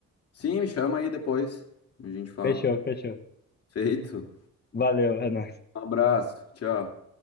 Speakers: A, on the left (about 50°); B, on the left (about 35°).
A: Sim, me chama aí depois, a gente fala.
B: Fechou, fechou.
A: Feito.
B: Valeu, é nóis.
A: Um abraço. Tchau.